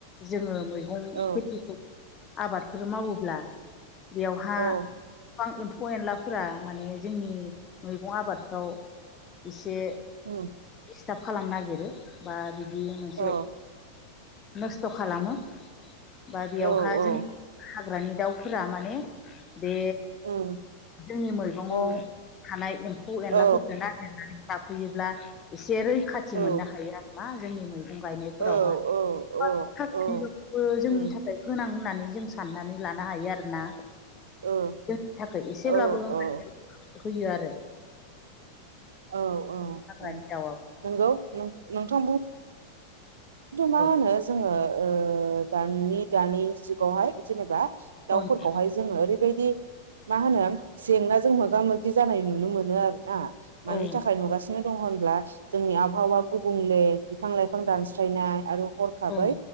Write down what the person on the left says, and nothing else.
जोङो मैगं
खेथिखौ आबादफोर मावोब्ला बेयावहा
बिफां एमफु एनलाफोरा माने जोंनि मैगं आबादफ्राव इसे
दिस्टाब खालामनो नागिरो बा बिदि मोनसे
नस्थ' खालामो बा बेयावहाय
जों
ग्रानि दाउफोरा माने बे
जोंनि मैगंआव
थानाय एम्फौ एनलाफोरफोरखौ
नागिरनानै जाफैयोब्ला एसे रैखाथि
मोननो हायो आरोना जोंनि मै मैगं गायनायफोरावहा
<unintelligible>
जोंनि
थाखाय गोनां होननानै जों साननानै लानो हायो आरोना जोंनि
थाखाय एसेब्लाबो
होयो आरो
हाग्रानि
दाउआबो
औ
औ नोंथां
औ
औ